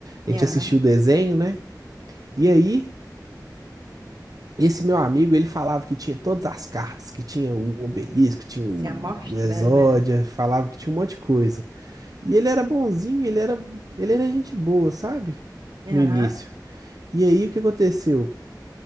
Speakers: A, on the right (about 55°); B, on the right (about 85°).
A: A
B: Aham,
A: gente assistia o desenho, né? E aí, esse meu amigo, ele falava que tinha todas as cartas, que tinha o Obelisco, tinha
B: se
A: o
B: amostrando,
A: o Exódia,
B: né?
A: falava que tinha um monte de coisa. E ele era bonzinho, ele era, ele era gente boa, sabe?
B: Aham,
A: No início. E aí, o que aconteceu?